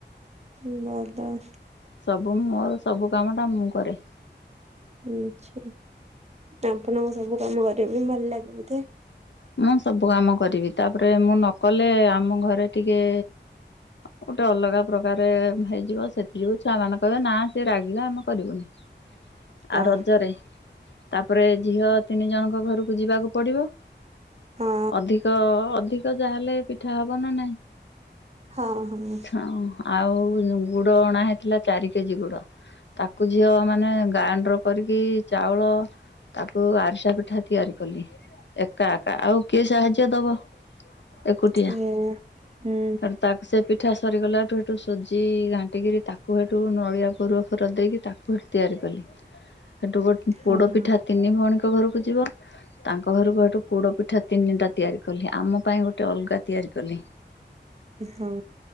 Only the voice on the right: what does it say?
<unintelligible>
ଆଛା ଆପଣଙ୍କୁ ସବୁ କାମ କରିବ ପାଇଁ ଭଲ ଲାଗେ ବଧେ।
ଅ
ହଁ
ହଁ ହଁ।
ସେ ହୁଁ
ହଁ
ହଁ